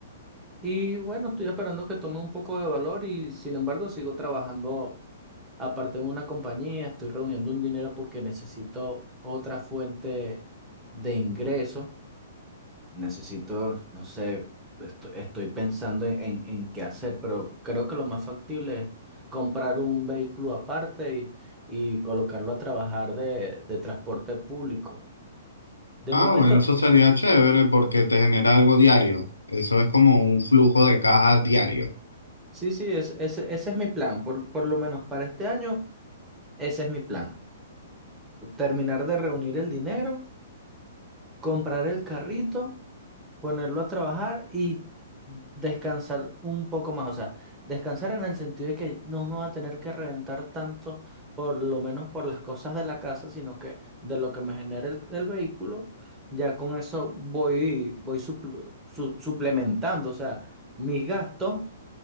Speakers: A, on the right; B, on the left.
A: Y bueno, estoy esperando que tome un poco de valor y sin embargo sigo trabajando aparte en una compañía, estoy reuniendo un dinero porque necesito otra fuente de ingreso, necesito, no sé, esto- estoy pensando en, en, en qué hacer, pero creo que lo más factible es comprar un vehículo aparte y, y colocarlo a trabajar de, de transporte público. De
B: Ah,
A: momento,
B: bueno, eso sería chévere porque te genera algo diario. Eso es como un flujo de caja diario.
A: sí, sí, es- ese ese es mi plan, por, por lo menos para este año, ese es mi plan. terminar de reunir el dinero, comprar el carrito, ponerlo a trabajar y descansar un poco más. O sea, descansar en el sentido de que no me va a tener que reventar tanto, por lo menos por las cosas de la casa, sino que de lo que me genere el, el vehículo, ya con eso voy, voy supl- su- suplementando. O sea, mis gastos